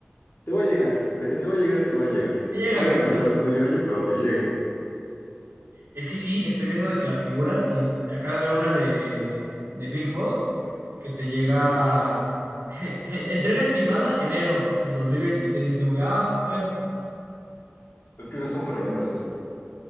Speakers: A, on the left (about 70°); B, on the right (about 80°).
A: Te va a llegar, de que te va a llegar, te va a llegar.
B: Llega,
A: Puede
B: carnal.
A: que te tarde medio año, pero te llega.
B: Es que sí, estoy viendo de que las figuras, y acabo de ver una de, de Big Boss, que te llega
A: Mm.
B: <laughs> entrega estimada enero del 2026. Es como que, ah, bueno,
A: Es que esas son preventas.